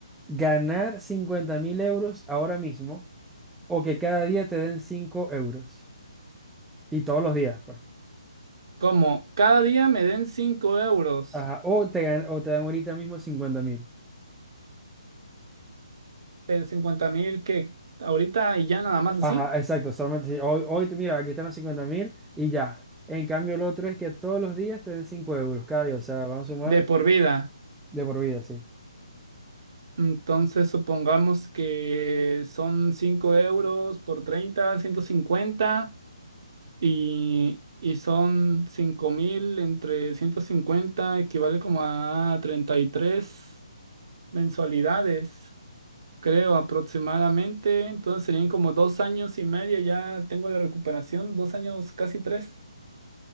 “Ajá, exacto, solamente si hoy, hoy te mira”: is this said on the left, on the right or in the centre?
Centre